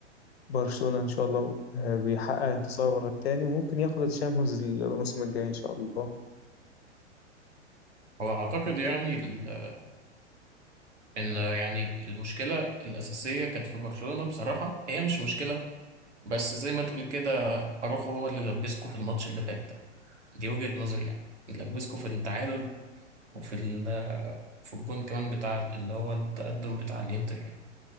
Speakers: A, on the left; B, on the right.
A: برشلونة إن شاء الله آه، بيحقق انتصار ورا التاني وممكن ياخد الشامبيونز الموسم الجاي إن شاء الله
B: هو أعتقد يعني ال- إن يعني المشكلة الأساسية كانت في برشلونة بصراحة هي مش مشكلة بس زي ما تقول كده اروخو هو اللي لبسكو في الماتش اللي فات ده دي وجهة نظري يعني لبسكو في التعادل وفي ال في الجون كمان بتاع اللي هو التقدم بتاع الانتر يعني